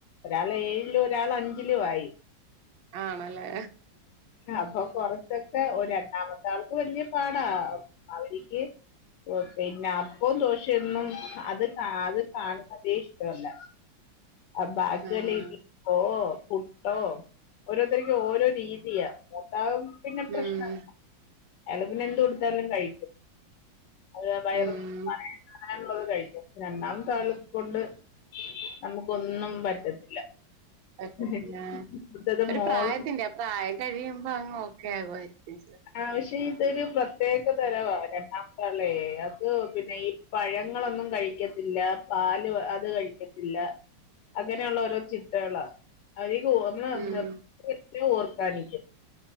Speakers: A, on the left; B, on the right.
A: ഒരാള് ഏഴിലും ഒരാള് അഞ്ചിലും ആയി
B: ആണല്ലേ
A: അപ്പൊ കൊറച്ചൊക്കെ ഓ രണ്ടാമത്തെ ആൾക്ക് വല്ല്യ പാടാ അവരിക്ക് ഓ പിന്നെ അപ്പം ദോശയൊന്നും അത് കാ അത് കാണുന്നതേ ഇഷ്ടവല്ല <inaudible> ബാക്കി
B: ആഹ്
A: വല്ല ഇഡ്ലി ഓ ഫുഡോ ഓരോര്ത്തര്ക്കും ഓരോ രീതിയാ മൂത്താൾ പിന്നെ പ്രശ്നല്ല
B: ഉം
A: അയാള് പിന്നെ എന്ത് കൊടുത്താലും കഴിക്കും അത് വയറ്
B: ഉം
A: നെറയാവാനുള്ളത് കഴിക്കും രണ്ടാമത്തെ ആളെകൊണ്ട് നമുക്കൊന്നും പറ്റത്തില്ല
B: പറ്റത്തില്ലാ
A: ഇവിടുത്തത്
B: ഒരു
A: മോളും
B: പ്രായത്തിന്റെ പ്രായം കഴിയുമ്പോ അങ്ങ് ഓക്കെ ആകുവായിരിക്കും
A: ആവശ്യ ഇതൊരു പ്രത്യേക തരവാ രണ്ടാമ- ത്താളെ അത് പിന്നെ ഈ പഴങ്ങളൊന്നും കഴിക്കത്തില്ല പാല് അത് കഴിക്കത്തില്ല അങ്ങനെയൊള്ള ഓരോ ചിട്ടകളാ. അതീക് ഒന്ന് ഒന്ന്
B: ഉം
A: നിർത്തി നിർത്തി ഓർക്കാനിക്കും.